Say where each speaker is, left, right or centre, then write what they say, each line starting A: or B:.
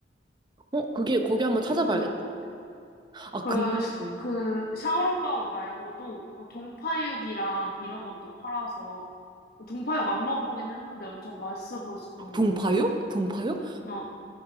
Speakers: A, on the right; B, on the left.
A: 어, 그게 거기 한번 찾아봐야겠다.
B: 여기도 좋을 것
A: 아,
B: 같아.
A: 근데
B: 그, 시-
A: 응.
B: 그, 샤오롱바오 말고도, 막 동파육이랑 이런 것도 팔아서, 동파육 안 먹어보긴 했는데 엄청 맛있어 보여서 궁금해.
A: 동파육? 동파육?
B: 어,